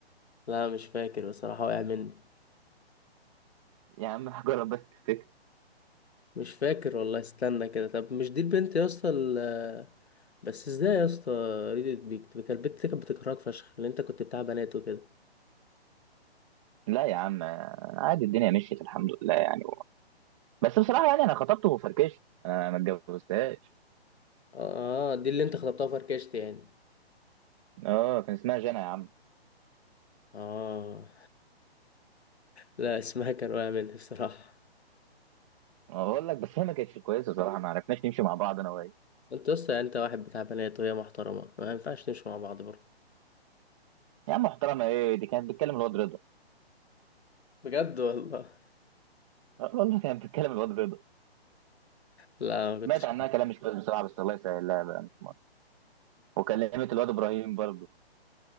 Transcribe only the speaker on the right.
يا عم <laughs> هجرب بس تفتكر
لا يا عم عادي الدنيا مشيت الحمد لله يعني بس بصراحة يعني انا خطبته وفركشت انا ما اتجوزتهاش
اه كان اسمها جنى يا عم
اقول لك بس هي ما كانتش كويسة بصراحة ما عرفناش نمشي مع بعض انا وهي
يا عم محترمة ايه دي كانت بتكلم الواد رضا
آه، والله كانت بتكلم الواد رضا
مات
عنها كلام مش كويس بصراحة بس الله يسهل لا لا مش مرة وكلمت الواد ابراهيم برضه